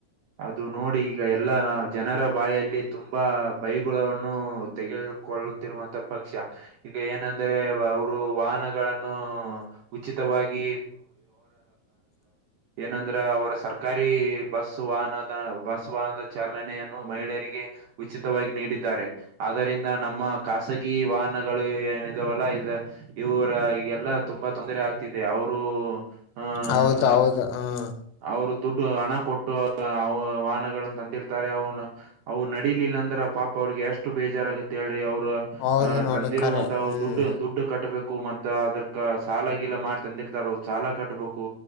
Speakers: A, on the right; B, on the left.
A: ಅದು ನೋಡಿ ಈಗ ಎಲ್ಲ ಜನರ ಬಾಯಲ್ಲಿ ತುಂಬಾ ಬೈಗುಳವನ್ನು ತೆಗೆದು- ಕೊಲ್ತಿರುವಂಥಕ್ ಪಕ್ಷ ಇದು ಏನಂದ್ರೆ ಅವರು ವಾಹನಗಳನ್ನು ಉಚಿತವಾಗಿ- ಏನಂದರೆ ಅವರ ಸರ್ಕಾರಿ ಬಸ್- ವಾಹನದ ಬಸ್ ವಾಹನದ ಚಾಲನೆಯನ್ನು ಮಹಿಳೆಯರಿಗೆ- ಉಚಿತವಾಗಿ ನೀಡಿದ್ದಾರೆ ಆದ್ದರಿಂದ- ನಮ್ಮ ಖಾಸಗಿ ವಾಹನಗಳು ಏನಿದಾವಲ್ಲ ಇ ಇವರ ಎಲ್ಲಾ - ತುಂಬಾ ತೊಂದರೆ ಆಗ್ತಿದೆ ಅವರು ಅನ
B: ಹೌದು ಹೌದು ಹ್ಮ್
A: ಅವರು ದುಡ್ಡು ಹಣ ಕೊಟ್ಟುಅ ವ ವಾಹನನ್ನ ತಂದಿರ್ತಾರೆ ಅವನ ಅವ್ ನಡೀಲಿಲ್ಲ ಅಂದ್ರ ಪಾಪ ಅವ್ರಿಗೆ ಎಷ್ಟು ಬೇಜಾರಾಗತ್ತೆ ಹೇಳ್ರಿ ಅವ್ರ
B: ಹೌದು
A: ಹ
B: ನೋಡಿ
A: ತಂದಿರುವಂತವು
B: ಖರೆ ಹ್ಮ್
A: ದುಡ್ಡು ದುಡ್ಡು ಕಟ್ಟಬೇಕು ಮ ಅದಕ್ಕ ಸಾಲಾಗಿಲ್ಲ ಮಾಡಿ ತಂದಿರ್ತಾರ ಅವರ್ ಸಾಲ ಕಟ್ಬೇಕು